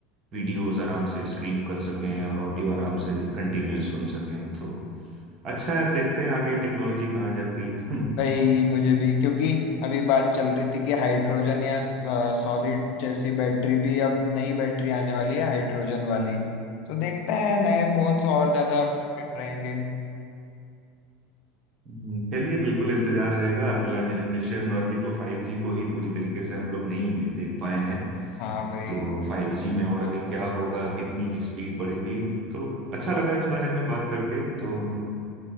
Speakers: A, on the right (about 40°); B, on the left (about 55°).
A: वीडियोस आराम से स्ट्रीम कर सकें और ऑडियो आराम से कंटिन्यूअस सुन सकें तो अच्छा है अब देखते हैं आगे टेक्नोलॉजी कहाँ जाती है <laughs> हम्म
B: भाई मुझे भी क्योंकि अभी बात चल रही थी कि हाइड्रोजन या सॉलिड जैसी बैटरी भी अब नई बैटरी आने वाली है हाइड्रोजन वाली तो देखते हैं नए फोन्स और ज्यादा अपडेट रहेंगे
A: हम्म, चलिए बिल्कुल इंतजार रहेगा अगला जनरेशन और अभी तो फाइव जी को ही पूरी तरीके से हम लोग नहीं देख पाए हैं
B: हाँ भाई
A: तो फाइव जी में और अभी क्या होगा कितनी स्पीड बढ़ेगी तो अच्छा लगा इस बारे में बात करके तो हम लोग